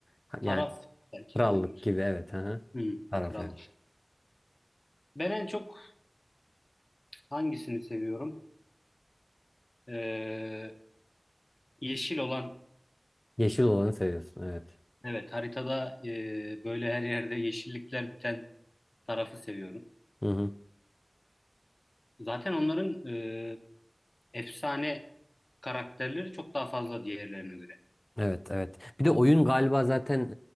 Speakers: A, on the left; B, on the left.
A: Ha, Yani
B: Taraf belki
A: krallık
B: denebilir.
A: gibi evet. Aha.
B: Hmm,
A: Taraf
B: kral.
A: evet.
B: Ben en çok hangisini seviyorum? E, yeşil olan,
A: Yeşil olanı seviyorsun evet.
B: evet haritada e, böyle her yerde yeşillikler biten tarafı seviyorum.
A: Hı hı.
B: Zaten onların e, efsane karakterleri çok daha fazla diğerlerine göre.
A: Evet evet. Bir de oyun galiba zaten